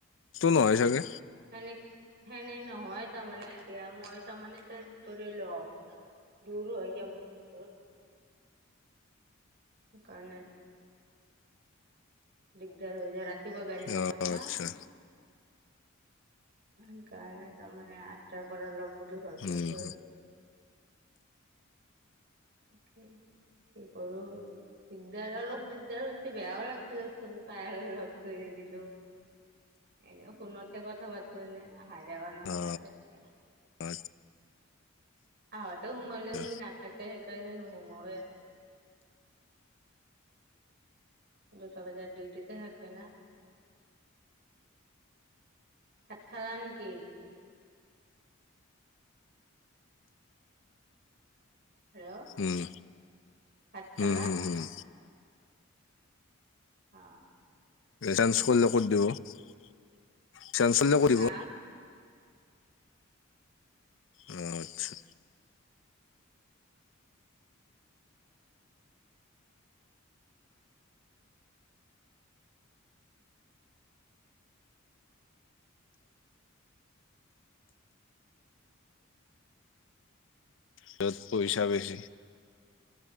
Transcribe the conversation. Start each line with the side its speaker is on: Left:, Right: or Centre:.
Left: নহয় চাগে
Right: সেনে সেনে নহয় তাৰমানে এতিয়া মই তাৰমানে চেন্স কৰি ল'ম। দূৰো হয় যে মোৰ বহুত। সেইকাৰণে। দিগদাৰ হৈ যায়, ৰাতিপুৱা গাড়ী নাপাও
Left: অ
Right: না।
Left: আচ্ছা
Right: সেইকাৰণে তাৰমানে আঠটাৰ পৰা ল'ম বুলি ভাবি আছোঁ
Left: উম
Right: আৰু। তাকেই কি কৰোঁ। দিগদাৰ অলপ দিগদাৰ হৈছে, বেয়াও লাগিছে দেচোন, পায় লগতো দিলো। এনেই ফোনতে কথা পাতো এনেই অহা যোৱা কৰা নহয়
Left: অ
Right: আৰু এনেকে।
Left: <unintelligible>
Right: আহোঁতেও সোমালেও
Left: আচ্ছা
Right: সি নাথাকে সেইকাৰণে নোসোমাওঁ এ আৰু। দুটা বজাত ডিউটিতে থাকে না। ভাত খালা নেকি? হেল্ল'
Left: উম
Right: ভাত খালা?
Left: উম, হুম, হুম
Right: অঁ।
Left: চেন্স কৰিলে কৰি দিব <unintelligible> কৰিলে কৰিব।
Right: হা
Left: অঁ, আচ্ছা'। য'ত পইচা বেছি।